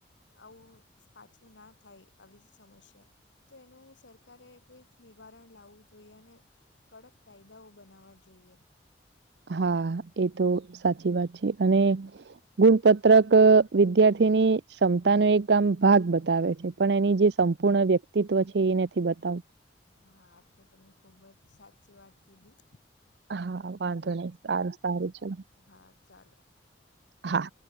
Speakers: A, on the left; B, on the right.
A: આવું પાછું ના થાય આવી સમસ્યા તો એનું સરકારે કોઈક નિવારણ લાવવું જોઈએ અને કડક કાયદાઓ બનાવવા જોઈએ
B: હા એ તો સાચી વાત છે અને ગુણપત્રક વિદ્યાર્થીની ક્ષમતા ન એક આમ ભાગ બતાવે છે પણ એની જે સંપૂર્ણ વ્યક્તિત્વ છે એ નથી બતાવ
A: હા આ તો તમે ખૂબ જ સાચી વાત કીધી
B: હા વાંધો નહી સારું સારું ચલો
A: હા ચાલો
B: હા